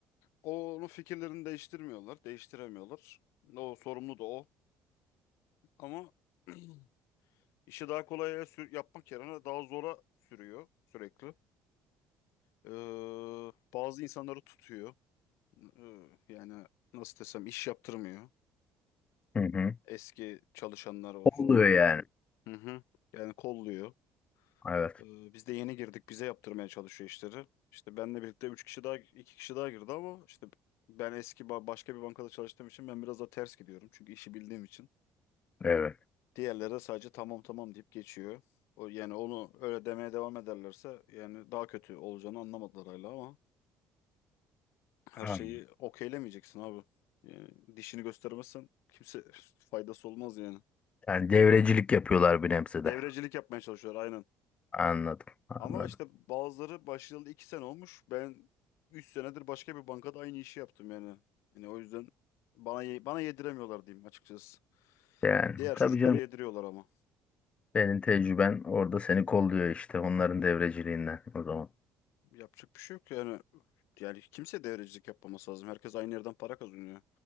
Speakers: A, on the left (about 85°); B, on the left (about 25°).
A: onun fikirlerini değiştirmiyorlar, değiştiremiyorlar. O sorumlu da o. Ama <clears throat> işi daha kolaya sür- yapmak yerine daha zora sürüyor sürekli. E, bazı insanları tutuyor. E, yani nasıl desem iş yaptırmıyor.
B: Hı hı.
A: Eski çalışanlar olsun.
B: Oluyor yani.
A: Hı hı. Yani kolluyor.
B: Evet.
A: Ee, biz de yeni girdik. Bize yaptırmaya çalışıyor işleri. İşte benle birlikte 3 kişi daha, 2 kişi daha girdi ama işte ben eski ba- başka bir bankada çalıştığım için ben biraz da ters gidiyorum. Çünkü işi bildiğim için.
B: Evet.
A: Diğerleri de sadece tamam tamam deyip geçiyor. O, yani onu öyle demeye devam ederlerse yani daha kötü olacağını anlamadılar hala ama her
B: Anladım.
A: şeyi okeylemeyeceksin abi. Yani dişini göstermezsen kimse <laughs> faydası olmaz yani.
B: Yani devrecilik yapıyorlar bir nebze de.
A: Devrecilik yapmaya çalışıyorlar aynen.
B: Anladım. Anladım.
A: Ama işte bazıları başlayalı iki sene olmuş. Ben üç senedir başka bir bankada aynı işi yaptım yani. Yani o yüzden bana ye- bana yediremiyorlar diyeyim açıkçası.
B: Yani
A: Diğer çocuklara
B: tabii canım
A: yediriyorlar ama.
B: senin tecrüben orada seni kolluyor işte onların devreciliğinden o zaman.
A: Yapacak bir şey yok yani. Yani kimse devrecilik yapmaması lazım. Herkes aynı yerden para kazanıyor.